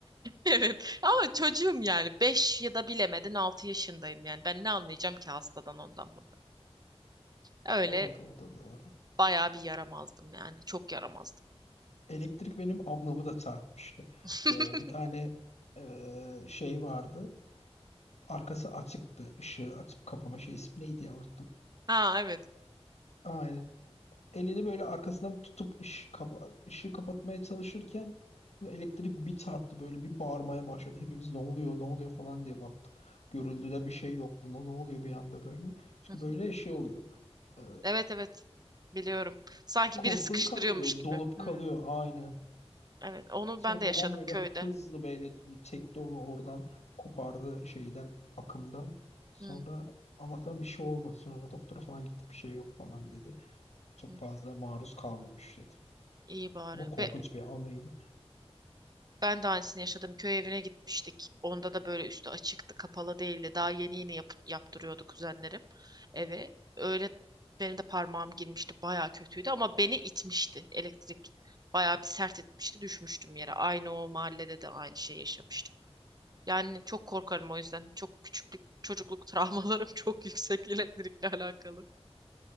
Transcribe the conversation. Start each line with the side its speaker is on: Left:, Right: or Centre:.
Right: Evet ama çocuğum yani 5 ya da bilemedin 6 yaşındayım yani ben ne anlayacağım ki hastadan ondan bundan.
Left: <laughs>
Right: Öyle
Left: Doğru, o da doğru.
Right: bayağı bir yaramazdım yani çok yaramazdım.
Left: Elektrik benim ablamı da çarpmıştı.
Right: <laughs>
Left: Ee, bir tane e, şey vardı. Arkası açıktı. Işığı açıp kapama şey ismi neydi ya unuttum.
Right: Ha evet.
Left: Aynen. elini böyle arkasından tutup ışığı, kapa- ışığı kapatmaya çalışırken elektrik bir çarptı böyle bir bağırmaya başladı. Hepimiz ne oluyor ne oluyor falan diye baktık. Görüldüde bir şey yok buna ne oluyor bir anda böyle. Çünkü
Right: Hı.
Left: böyle şey oluyor. e,
Right: Evet evet. Biliyorum. Sanki
Left: kontrolü
Right: biri sıkıştırıyormuş
Left: kaybediyor
Right: gibi.
Left: donup
Right: Hı.
Left: kalıyor aynen.
Right: Evet onu
Left: Sonra
Right: ben de
Left: babam
Right: yaşadım
Left: böyle
Right: köyde.
Left: hızlı böyle çekti onu oradan kopardı şeyden akımdan. Sonra
Right: Hı.
Left: Allah'tan bir şey olmadı. Sonra doktora falan gittik bir şey yok falan dedi. Çok
Right: Hı.
Left: fazla maruz kalmamış dedi.
Right: İyi bari.
Left: Ama korkunç
Right: Be
Left: bir anıydı.
Right: Ben de aynısını yaşadım. Köy evine gitmiştik. Onda da böyle üstü açıktı, kapalı değildi. Daha yeni yeni yap yaptırıyordu kuzenlerim eve. Öyle benim de parmağım girmişti. Baya kötüydü ama beni itmişti elektrik. Baya bir sert etmişti. Düşmüştüm yere. Aynı o mahallede de aynı şey yaşamıştım. Yani çok korkarım o yüzden. Çok küçüklük, çocukluk travmalarım <laughs> çok yüksek elektrikle alakalı.